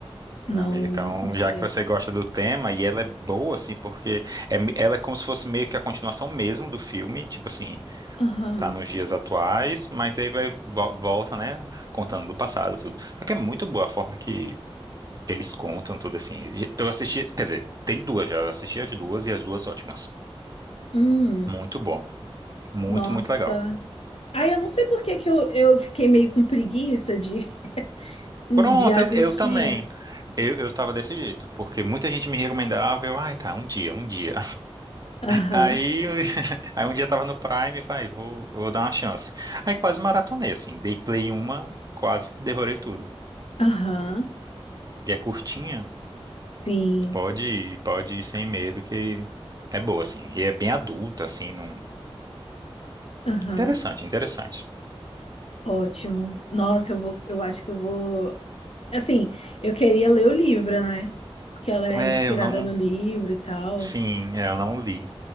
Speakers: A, on the left; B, on the right.
A: não,
B: não, amigo. Então,
A: não cheguei
B: já que
A: a
B: você
A: ver.
B: gosta do tema e ela é boa, assim, porque é, ela é como se fosse meio que a continuação mesmo do filme, tipo assim,
A: Aham.
B: tá nos dias atuais, mas aí vai vo- volta, né, contando do passado tudo. Só que é muito boa a forma que eles contam tudo assim. E Eu assisti, quer dizer, tem duas já. Eu assisti as duas e as duas ótimas.
A: Hum,
B: Muito bom, muito,
A: nossa.
B: muito legal.
A: Ai, eu não sei por que que eu, eu fiquei meio com preguiça de, <laughs> de
B: Pronto,
A: assistir.
B: eu, eu também. Eu, eu tava desse jeito, porque muita gente me recomendava, eu, ai, tá, um dia, um dia.
A: Aham,
B: Aí, <laughs> aí um dia tava no Prime e falei, vou, vou dar uma chance. Aí quase maratonei, assim, dei play uma, quase devorei tudo.
A: aham,
B: E é curtinha,
A: sim,
B: pode ir, pode ir sem medo, que é boa, assim. E é bem adulta, assim, não...
A: aham.
B: Interessante, interessante.
A: Ótimo. Nossa, eu vou, eu acho que eu vou. Assim, eu queria ler o livro, né? Porque ela é
B: É,
A: inspirada
B: eu não...
A: no livro e tal.
B: Sim, é, eu não li.